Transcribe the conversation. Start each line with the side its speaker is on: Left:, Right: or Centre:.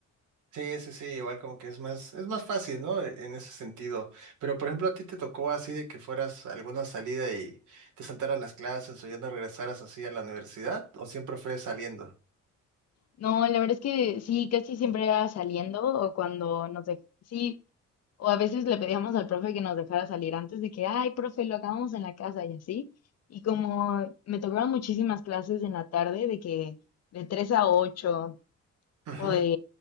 Right: Sí, sí, sí, igual como que es más, es más fácil, ¿no? E- En ese sentido. Pero, por ejemplo, a ti te tocó así de que fueras a alguna salida y te saltaras las clases o ya no regresaras así a la universidad, o siempre fue saliendo.
Left: No, la verdad es que sí, casi siempre era saliendo o cuando nos de... sí, o a veces le pedíamos al profe que nos dejara salir antes de que, ay, profe, lo acabamos en la casa y así. Y como me tocaban muchísimas clases en la tarde de que de 3 a 8
Right: Ujú.
Left: o de